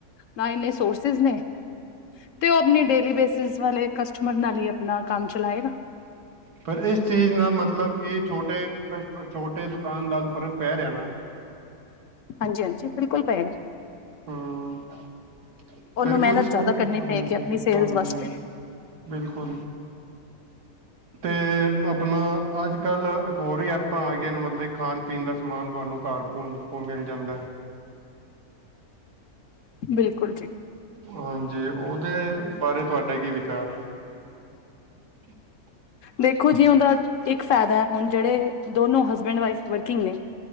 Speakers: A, on the left (about 65°); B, on the right (about 80°).
A: ਨਾ ਇੰਨੇ ਸੋਰਸਿਸ ਨੇ। ਤੇ ਉਹ ਆਪਣੀ ਡੇਲੀ ਬੇਸਿਸ ਵਾਲੇ ਕਸਟਮਰ ਨਾਲ ਹੀ ਆਪਣਾ ਕੰਮ ਚਲਾਏਗਾ।
B: ਫ ਇਸ ਚੀਜ਼ ਨਾਲ ਮਤਲਬ ਕਿ ਛੋਟੇ- ਛੋਟੇ ਦੁਕਾਨਦਾਰ ਨੂੰ ਫਰਕ ਪੈ ਰਿਹਾ ਨਾ।
A: ਹਾਂਜੀ -ਹਾਂਜੀ ਬਿਲਕੁਲ ਪਏਗਾ।
B: ਹੂੰ
A: ਉਹਨੂੰ
B: ਫਿਰ
A: ਮਿਹਨਤ
B: ਕੁਛ ਹਾਂਜੀ
A: ਜ਼ਿਆਦਾ ਕਰਨੀ ਪਏਗੀ ਆਪਣੀ ਸੇਲਸ
B: -ਹਾਂਜੀ
A: ਵਾਸਤੇ
B: -ਹਾਂਜੀ। ਬਿਲਕੁਲ। ਤੇ ਆਪਣਾ ਅੱਜ-ਕੱਲ੍ਹ ਹੋਰ ਹੀ ਐਪਾਂ ਆ ਗਈਆਂ ਨੇ, ਮਤਲਬ ਖਾਣ- ਪੀਣ ਦਾ ਸਮਾਨ ਤੁਹਾਨੂੰ ਘਰ। <unintelligible> ਮਿਲ ਜਾਂਦਾ
A: ਬਿਲਕੁਲ ਜੀ।
B: ਹਾਂਜੀ, ਉਹਦੇ ਬਾਰੇ ਤੁਹਾਡੇ ਕੀ ਵਿਚਾਰ ਨੇ। <unintelligible>
A: ਦੇਖੋ ਜੀ, ਉਹਦਾ ਇੱਕ ਫਾਇਦਾ ਹੈ। ਹੁਣ ਜਿਹੜੇ ਦੋਨੋ ਹਸਬੈਂਡ ਵਾਈਫ- ਵਰਕਿੰਗ ਨੇ।